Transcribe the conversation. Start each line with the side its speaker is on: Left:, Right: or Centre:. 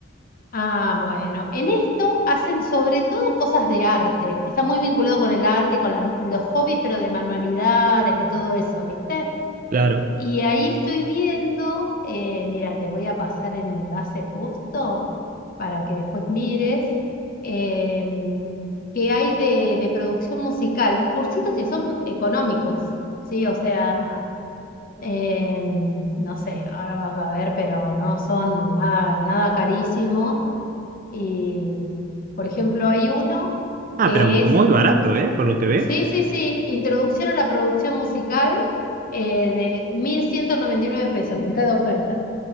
Left: Ah, bueno, en esto hacen sobre todo cosas de arte. Está muy vinculado con el arte, con las- los hobbies, pero de manualidades y todo eso, ¿viste?
Right: claro.
Left: Y ahí estoy viendo, eh, mira, te voy a pasar el enlace justo para que después mires eh, qué hay de, de producción musical, cursitos y son económicos, ¿sí? O sea, eh, no sé, ahora vas a ver, pero no son nada, nada carísimo. Y, por ejemplo, hay uno
Right: Ah,
Left: que
Right: pero muy
Left: es
Right: barato, ¿eh? Por lo que veo.
Left: Sí, sí, sí, introducción a la producción musical eh, de 1.199 pesos, porque está de oferta.